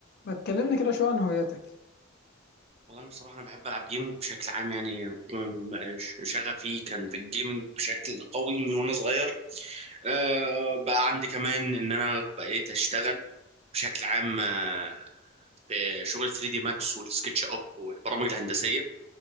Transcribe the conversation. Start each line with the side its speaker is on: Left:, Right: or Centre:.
Left: ما تكلمني كده شويه عن هواياتك
Right: والله أنا بصراحة أنا بحب ألعب جيمنج بشكل عام يعني م- م- شغفي كان في الجيمنج بشكل قوي من وأنا صغير أه بقى عندي كمان إن أنا بقيت أشتغل بشكل عام آه، في شغل 3 دي ماكس والسكتش أب والبرامج الهندسية